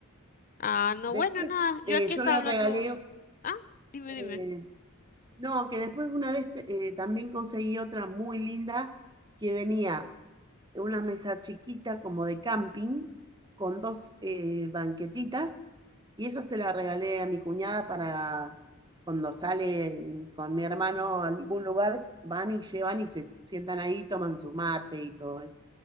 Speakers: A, on the left; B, on the right.
A: Ah, no,
B: Después
A: bueno, nada. Yo
B: eh,
A: aquí
B: yo
A: estaba
B: le
A: hablando.
B: regalé,
A: Ah, dime,
B: eh,
A: dime.
B: no, que después una vez eh, también conseguí otra muy linda que venía en una mesa chiquita como de camping con dos eh, banquetitas y esa se la regalé a mi cuñada para cuando sale con mi hermano a algún lugar, van y llevan y se sientan ahí, toman su mate y todo eso.